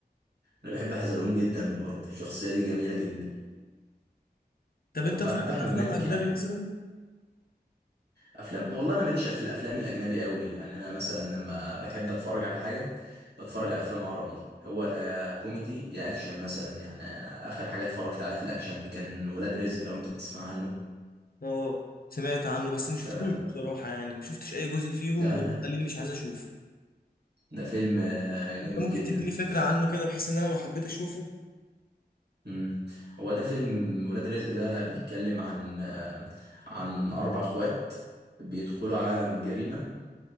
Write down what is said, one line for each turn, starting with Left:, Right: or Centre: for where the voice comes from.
Right: انا بحب حزلقوم جدا برضه الشخصية دي جميلة جدا
Left: طب انت
Right: وبحب
Left: اتفرجت
Right: احمد
Left: على افلام
Right: مكي
Left: اجنبي
Right: يعني
Left: مثلا
Right: افلام والله انا ماليش في الافلام الاجنبي قوي يعني انا مثلا لما بحب اتفرج على حاجه بتفرج على افلام عربي هو لا كوميدي يا اكشن مثلا يعني اخر حاجه اتفرجت عليها في الاكشن كان ولاد رزق لو انت تسمع عنه
Left: اه سمعت عنه بس ما
Right: ف
Left: شفتوش
Right: ده
Left: بصراحه يعني ما شفتش اي جزء فيهم
Right: ده,
Left: وده مخليني مش عايز اشوفه
Right: ده فيلم آه، جامد
Left: انت ممكن
Right: جدا
Left: تديني فكرة عنه كده بحيث ان انا لو حبيت اشوفه
Right: مم. هو ده فيلم ولاد رزق ده بيتكلم عن آه، عن اربع اخوات بيدخلوا عالم الجريمه